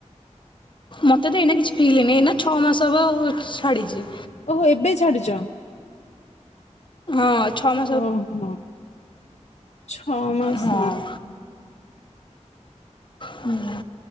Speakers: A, on the left; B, on the left.
A: ମୋତେ ତ ଏଇନା କିଛି ଫିଲ୍ନି ଏଇନା ଛଅ ମାସ ହେବ ଛାଡ଼ିଜି।
B: ଓହୋ ଏବେ ଛାଡିଚ?
A: ହଁ ଛଅ ମା
B: ଓହୋ ଛଅ ମାସ
A: ହଁ। ହୁଁ